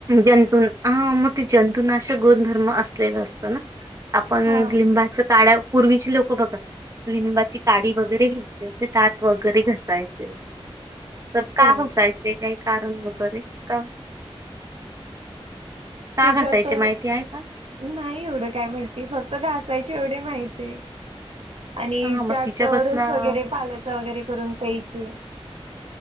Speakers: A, on the right (about 30°); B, on the right (about 70°).
A: जंतु हा मग ते जंतुनाशक गुणधर्म असलेला असतं ना आपण
B: हा
A: लिंबाचा काठा पूर्वीची लोक बघा लिंबाची काडी वगैरे घ्यायचे असे दात वगैरे घसायचे तर
B: हो
A: का घासायचे काही कारण वगैरे का का
B: त्याच्यात
A: घसायचे माहिती आहे का?
B: नाही एवढं काय माहिती फक्त घा कयचे एवढे माहित आहे आणि
A: हां, मग
B: त्यात
A: तिच्यापासनं
B: रस वगैरे पालायचा वगैरे करून प्यायचे